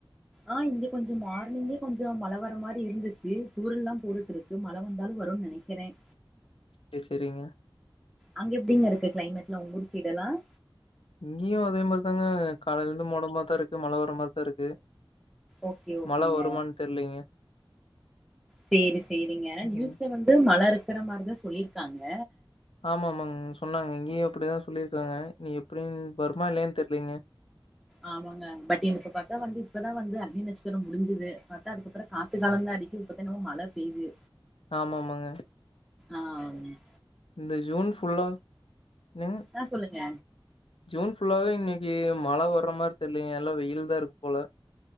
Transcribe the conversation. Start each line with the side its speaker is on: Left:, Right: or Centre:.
Centre: ஆஹ் இங்க கொஞ்சம் மார்னிங்கே கொஞ்சம் மழைவர மாரி இருந்துச்சு தூரல் எல்லாம் போட்டுட்டு இருக்கு மழை வந்தாலும் வரும்னு நினைக்கிறேன்
Left: சரி சரிங்க
Centre: அங்க எப்படிங்க இருக்கு கிளைமேட்டலாம் உங்க ஊரு சைடு எல்லாம்
Left: இங்கேயும் அதே மாரிதாங்க காலையில இருந்து மோடமா இருக்கு மழ வர மாதிரிதான் இருக்கு
Centre: ஓகே ஓகேங்க
Left: மழை வருமானான்னு தெரியலங்க
Centre: சேரி செரிங்க ஆனா நியூஸ்ல
Left: ம்.
Centre: வந்து மழை இருக்கிற மாரிதான் சொல்லிருக்காங்க
Left: ஆமா ஆமாங்க சொன்னாங்க இங்கேயும் அப்படிதான் சொல்லியிருக்காங்க நீ எப்படிின்னு வருமா இல்லலைன்னு தெரியலீங்க
Centre: ஆமாங்க பட் எனக்கு பார்த்தா வந்து இப்பதான் வந்து அக்னி நட்சத்திரம் முடிஞ்சுது பார்த்தா அதுக்கப்புறம் காத்து காலந்தான் அடிக்குது இப்பதான் என்னம மழை பெய்து
Left: ஆமாமாங்க
Centre: ஆஹ் மா
Left: இந்த ஜூன் ஃபுல்லா என்ங்க
Centre: ஆ சொல்லுங்க
Left: ஜூன் ஃபுல்லாவே இன்னைக்கு மழை வர மாரி தெரியலங்க எல்லாம் வெயில் தான் இருக்கு போல